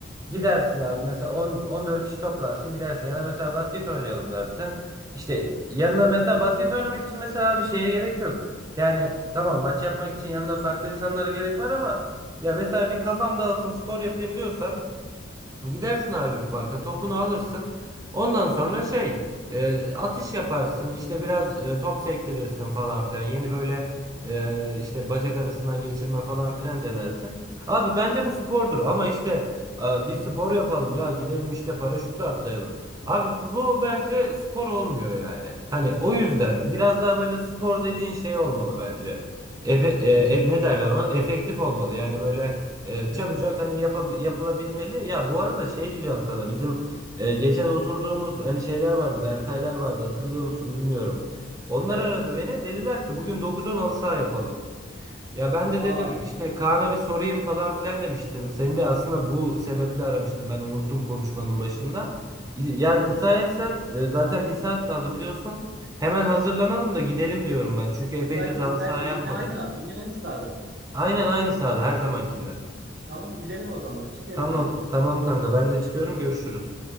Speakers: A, on the right (about 20°); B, on the right (about 55°).
A: Gidersin abi mesela 10 14 kişi toplarsın gidersin ya da mesela basket oynayalım dersin. İşte yanına mesela basket oynamak için mesela bir şeye gerek yok. Yani tamam maç yapmak için yanına farklı insanlara gerek var ama ya mesela bir kafam dağılsın spor yapayım diyorsan Gidersin abi bir parka topunu alırsın. Ondan sonra şey e, atış yaparsın işte biraz e, top sektirirsin falan filan. Yeni böyle e, işte bacak arasından geçirme falan filan denersin. Abi bence bu spordur ama işte e, bir spor yapalım ya gidelim işte paraşütle atlayalım. Abi bu bence spor olmuyor yani. Hani o yüzden biraz daha böyle spor dediğin şey olmalı bence. Efe, e, e, ne derler ona? Efektif olmalı yani böyle. E,
B: Hı
A: çabucak
B: hı.
A: hani yapa- yapılabilmeli. Ya bu arada şey diyeceğim sana. Bizim e, geçen oturduğumuz hani şeyler vardı. Berkaylar vardı. Hatırlıyor musun bilmiyorum. Onlar
B: Evet.
A: aradı beni. Dediler ki bugün 9-10 halı saha yapalım. Ya ben de
B: Aa,
A: dedim işte Kaan'a bir sorayım falan filan demiştim. Seni de aslında bu sebeple aramıştım. Ben unuttum konuşmanın başında. İ- Yani
B: Hı hı.
A: müsaitsen e, zaten bir saat kaldı biliyorsun. Hemen hazırlanalım da gidelim diyorum ben. Çünkü epeydir
B: müsaitim
A: de halı
B: müsaitim.
A: saha yapmadık.
B: Yine aynı yine aynı sahada mı?
A: Aynen aynı sahada her zamankinde.
B: Tamam gidelim o zaman. Çıkıyorum
A: Tamam,
B: ben şimdi.
A: tamam kanka ben de çıkıyorum görüşürüz.